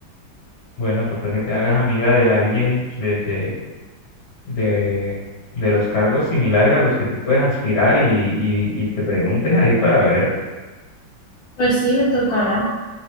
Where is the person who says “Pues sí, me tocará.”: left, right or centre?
Left